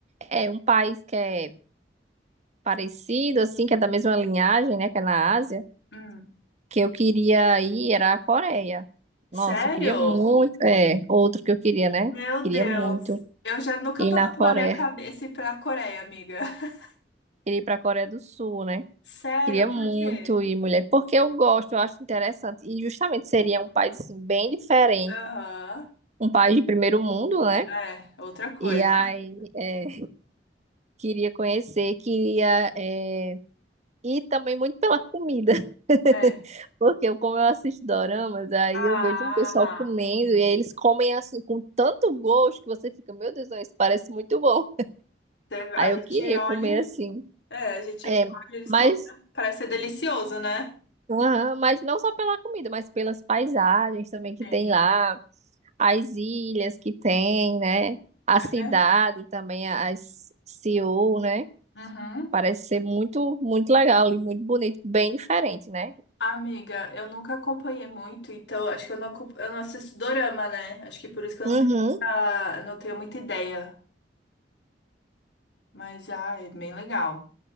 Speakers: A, on the right; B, on the left.
A: É um país que é parecido, assim, que é da mesma linhagem, né? Que é na Ásia.
B: Hum.
A: Que eu queria ir era a Coreia.
B: Sério?
A: Nossa, eu queria muito. É, outro que eu queria, né?
B: Meu
A: Queria
B: Deus.
A: muito
B: Eu já nunca
A: ir
B: passou
A: na
B: pela
A: Coreia.
B: minha cabeça ir pra Coreia, amiga. <laughs>
A: Queria ir pra Coreia do Sul, né?
B: Sério,
A: Queria muito
B: por quê?
A: ir, mulher, porque eu gosto, eu acho interessante. E justamente seria um país, assim, bem diferente.
B: Aham.
A: Um país de primeiro mundo, né?
B: É, outra coisa.
A: E aí. é, queria conhecer, queria é, e também muito pela comida, <laughs>
B: É.
A: porque eu, como eu assisto doramas, aí
B: Ah,
A: eu vejo um pessoal comendo e aí eles comem assim com tanto gosto que você fica, meu Deus, não, isso parece muito bom.
B: teve- a
A: Aí
B: gente
A: eu queria
B: olha.
A: comer assim,
B: É, a gente
A: é,
B: olha eles
A: mas,
B: comendo. Parece ser delicioso, né?
A: aham, mas não só pela comida, mas pelas paisagens também que
B: Sim.
A: tem lá, as ilhas que tem, né? A
B: É.
A: cidade também, as Seul, né?
B: Uhum.
A: Parece ser muito, muito legal e muito bonito, bem diferente, né?
B: Amiga, eu nunca acompanhei muito, então acho que eu não, acom- eu não assisto dorama, né? Acho que por isso que eu
A: Uhum.
B: não tenho, muita- não tenho muita ideia. Mas, ah, é bem legal.